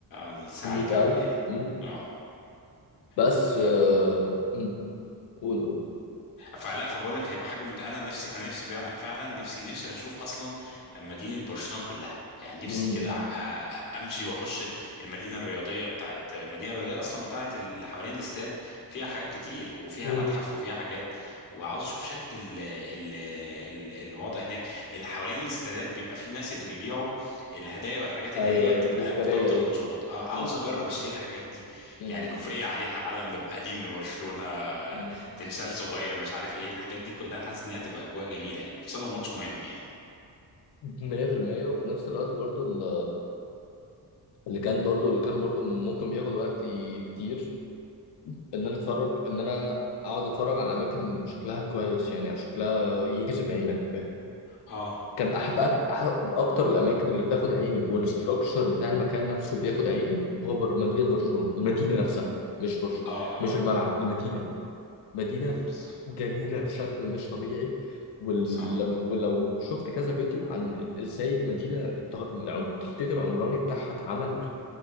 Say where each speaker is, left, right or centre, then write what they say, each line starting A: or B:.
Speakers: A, on the left (about 55°); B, on the left (about 80°).
A: للساعة
B: 100000
A: الكاملة يعني
B: مم.
A: اه
B: بس
A: ف
B: آه، مم. قول قول
A: فلا فبقول لك هيبقى حاجه ممت... انا نفسي انا نفسي بيع- فعلا نفسي نفسي اشوف اصلا مدينه برشلونه كلها يعني نفسي
B: مم.
A: كده أ- أ- امشي واخش ال- المدينه الرياضيه بتاعت المدينه الرياضيه اصلا بتاعت اللي حوالين الاستاد فيها حاجات كتير وفيها
B: مم.
A: متحف وفيها حاجات وعاوز اشوف شكل ال... ال... ال... الوضع هناك اللي حوالين الاستادات بيبقى في ناس اللي بيبيعوا الهدايا والحاجات
B: أيوه
A: اللي هي
B: أيوه
A: بتبقى
B: التذكارية
A: مرتبطه
B: دي
A: بالماتشات آه،
B: مم.
A: عاوز اجرب اشتري الحاجات دي
B: مم.
A: يعني كوفيه عليها علم لب- قديم لبرشلونه
B: مم.
A: تمثال صغير مش عارف ايه الحاجات دي كلها حاسس ان هي تبقى اجواء جميله يعني خصوصا لو ماتش مهم يعني
B: 100% وفي نفس الوقت برضو ال- اللي كان برضو اللي كان برضو ممكن بياخد وقت كتير إن أنا أتفرج إن أنا أقعد أتفرج على أماكن شكلها كويس يعني شكلها يجذب عينك
A: اه
B: كان احد أك- احد اكتر الاماكن اللي بتاخد عيني والاستراكشر بتاع المكان نفسه بياخد عيني هو بر... مدينه برشلونه المدينه نفسها مش برشلونه
A: اه اه
B: مش الملعب المدينه مدينه
A: مم، بالظبط
B: جميله بشكل مش طبيعي ول...
A: صح
B: ولو شفت كذا فيديو عن ازاي المدينه الت- العم- التخطيط العمراني بتاعها اتعمل